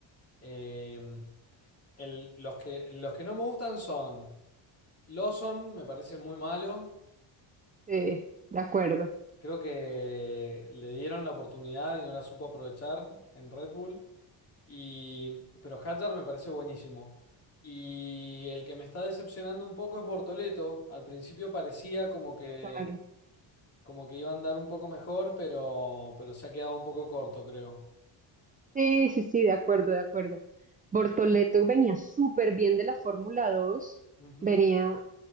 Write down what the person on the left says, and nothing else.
Eh, el- los que, los que no me gustan son Lawson, me parece muy malo.
Creo que le dieron la oportunidad y no la supo aprovechar en Red Bull. Y, pero Hadjar me parece buenísimo. Y el que me está decepcionando un poco es Bortoleto. Al principio parecía como que,
como que iba a andar un poco mejor, pero, pero se ha quedado un poco corto, creo.
Ujú.